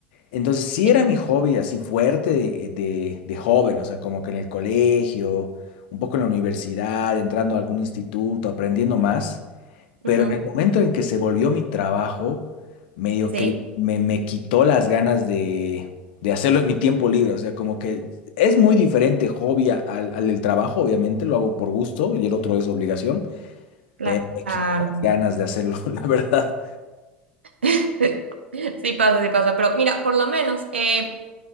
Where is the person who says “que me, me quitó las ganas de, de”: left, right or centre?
Left